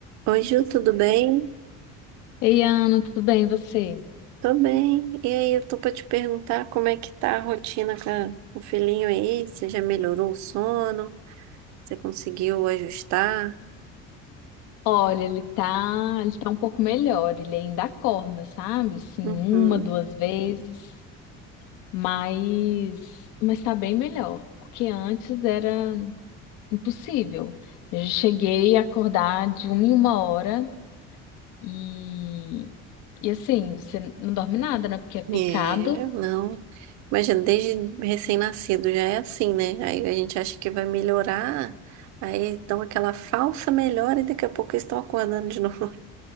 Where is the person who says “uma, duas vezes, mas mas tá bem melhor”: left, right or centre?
Left